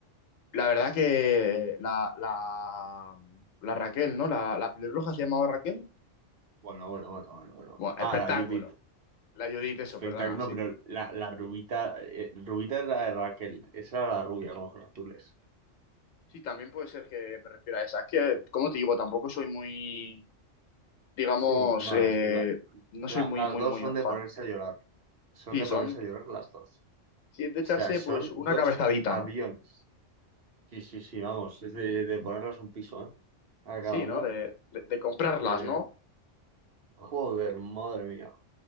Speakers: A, on the left; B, on the right.
A: la verdad que la, la, la Raquel, ¿no? La, la pelirroja se llamaba Raquel.
B: Bueno, bueno, bueno, bueno, bueno.
A: Bueno, espectáculo.
B: Ah, la Judith.
A: La Judith, eso,
B: Espectáculo.
A: perdona,
B: No,
A: sí.
B: pero la, la rubita, eh, rubita es la de Raquel. Esa era la rubia con ojos azules.
A: Sí, también puede ser que me refiera a esa. Es que, como te digo, tampoco soy muy, digamos,
B: Sí, más,
A: eh,
B: es que la-
A: no soy
B: la-
A: muy,
B: las
A: muy,
B: dos
A: muy
B: son de
A: fan.
B: ponerse a llorar. Son
A: Sí,
B: de
A: son,
B: ponerse a llorar las dos. O
A: si es de
B: sea,
A: echarse,
B: son
A: pues, una
B: dos
A: cabezadita,
B: aviones.
A: ¿no?
B: Sí, sí, sí, vamos. Es de, de ponerles un piso, ¿eh? A
A: Sí,
B: cada una.
A: ¿no? De, de, de comprarlas,
B: Porque
A: ¿no?
B: Joder, madre mía.